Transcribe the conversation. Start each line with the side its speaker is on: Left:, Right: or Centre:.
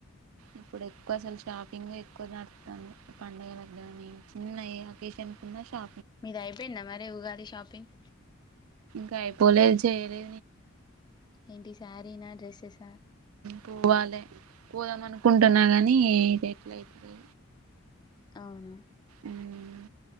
Right: ఇప్పుడు ఎక్కువ అసలు షాపింగ్ ఎక్కువ నడుస్తుంది పండగ లకు గాని చిన్న ఏ అకేషన్ ఉన్నా షా
Left: మీది అయిపోయింద మరి ఉగాది షాపింగ్
Right: ఇంగ అయిపోలే చెయలే
Left: ఏంటి సారీనా డ్రెస్సెస్
Right: పోవాలే పోదాం అనుకుంటున్నా కానీ ఇది ఎట్లా అయితుంది
Left: అవునా
Right: ఉమ్